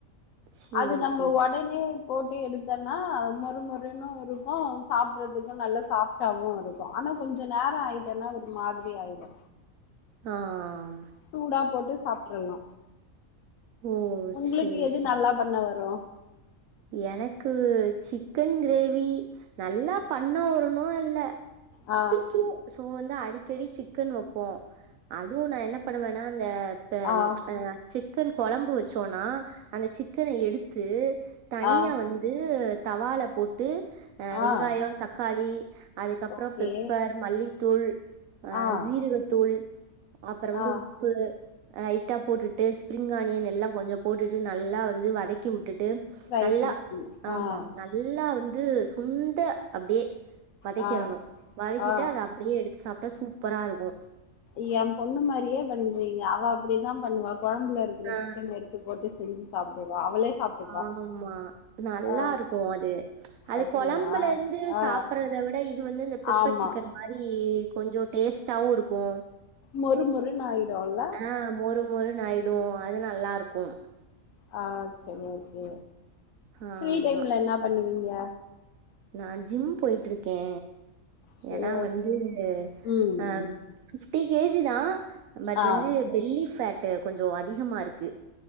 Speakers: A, on the right; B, on the left.
A: சரி,
B: அது நம்ப
A: சரி,
B: ஒடனே
A: சரி.
B: போட்டு எடுத்தன்னா மொறு மொறுன்னு இருக்கு சாப்றதுக்கு நல்லா சாஃப் சாப்டாவு இருக்கு ஆனா கொஞ்சோ நேர ஆயிட்டேன்னா ஒரு மாதிரி ஆயிடு
A: ஆ ஆ
B: சூடா போட்டு சாப்ட்ரலா
A: ஓ!
B: உங்களுக்கு
A: சரி,
B: எது
A: சரி.
B: நல்லா பண்ண வரு
A: எனக்கு சிக்கன் கிரேவி நல்லா பண்ண வருணு இல்ல
B: ஆ
A: து சோ வந்து அடிக்கடி சிக்கன் வப்போ அதுவு நா என்ன பண்ணுவனா அந்த இப்ப
B: ஆ
A: அ சிக்கன் கொழம்பு வச்சோனா அந்த சிக்கன எடுத்து தனியா
B: ஆ
A: வந்து தவால போட்டு அ வெங்காயொ
B: ஆ
A: தக்காளி அதுக்கப்றோ
B: ஓகே
A: பெப்பர் மல்லித்தூள் அ
B: ஆ
A: ஜீரகத்தூள் அப்பற வந்து
B: ஆ
A: உப்பு லைட்டா போட்டுட்டு ஸ்ப்ரிங் ஆனியன் எல்லா கொஞ்சோ போட்டுட்டு நல்லா வந்து வதக்கி உட்டுட்டு
B: ட்ரை
A: நல்லா
B: பண்ண
A: ஆமா
B: ஆ
A: நல்லா வந்து சுண்ட அப்டியே வதக்கிறணு
B: ஆ
A: வதக்கிட்டு
B: ஆ
A: அத அப்டியே எடுத்து சாப்ட்டா சூப்பரா இருக்கு
B: ஏ பொண்ணு மாரியே பண்றீங்க அவ அப்படிதா பண்ணுவா குழம்புல இருக்கிற
A: ஆ
B: சிக்கன எடுத்து போட்டு செஞ்சு சாப்டுவா அவளே சாப்ட்டுப்பா
A: ஆமா நல்லா
B: ஆ
A: இருக்கு அது அது
B: அப்டியா
A: கொழம்புல இருந்து
B: ஆ
A: சாப்றத வி ட இது வந்து இந்த பெப்பர்
B: ஆமா
A: சிக்கன் மாரி கொஞ்சே டேஸ்ட்டாவு இருக்கு
B: மொறு மொறுன்னு ஆயிடுல்ல
A: ஆ மொறு மொறுன்னாயிடு அது நல்லா இருக்கும்
B: ஆ செரி ஓகே
A: ஆமா
B: ஃப்ரீ டைம்ல என்னா பண்ணுவீங்க
A: நா ஜிம் போயிட்ருக்கே
B: சரி
A: ஏன்னா
B: ஓகே
A: வந்து
B: ம்
A: அ
B: ம்
A: ஃபிஃப்டி கேஜி தா பட்
B: ஆ
A: வந்து பெல்லி ஃபேட்டு கொஞ்சோ அதிகமா இருக்கு